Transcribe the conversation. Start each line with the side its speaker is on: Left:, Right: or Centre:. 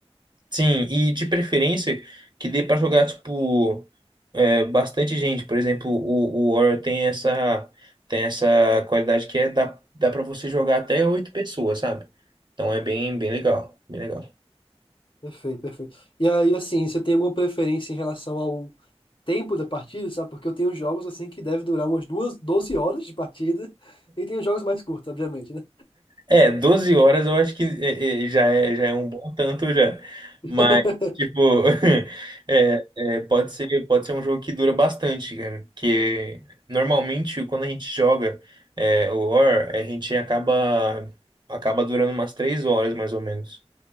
Right: Sim, e de preferência que dê pra jogar, tipo, é, bastante gente. Por exemplo, o, o Warrior tem essa, tem essa qualidade que é dá, dá pra você jogar até oito pessoas, sabe? Então é bem, bem legal, bem legal.
Left: Perfeito, perfeito. E aí, assim, você tem alguma preferência em relação ao tempo da partida, sabe? Porque eu tenho jogos, assim, que deve durar umas duas, 12 horas de partida, e tem os jogos mais curtos, obviamente, né?
Right: É, 12 horas eu acho que é, é, já é, já é um bom tanto já. Mas,
Left: <laughs>
Right: tipo, <laughs> é, é, pode ser, pode ser um jogo que dura bastante, cara. Porque normalmente quando a gente joga é, o War, a gente acaba, acaba durando umas 3 horas mais ou menos